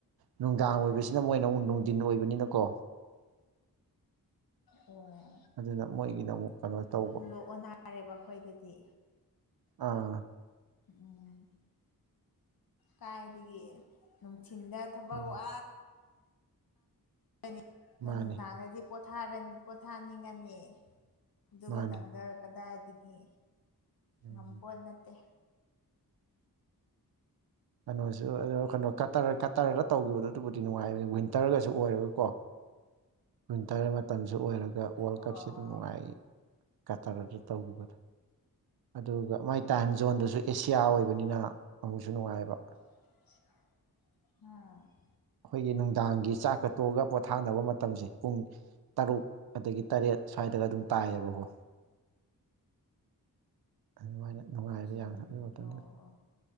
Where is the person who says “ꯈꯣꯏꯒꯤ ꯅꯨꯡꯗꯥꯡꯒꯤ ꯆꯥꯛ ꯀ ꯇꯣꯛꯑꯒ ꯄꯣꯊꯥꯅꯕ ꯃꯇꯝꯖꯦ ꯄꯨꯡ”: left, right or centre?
Right